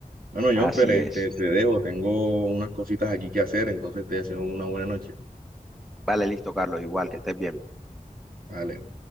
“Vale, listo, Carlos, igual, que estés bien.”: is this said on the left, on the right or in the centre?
Centre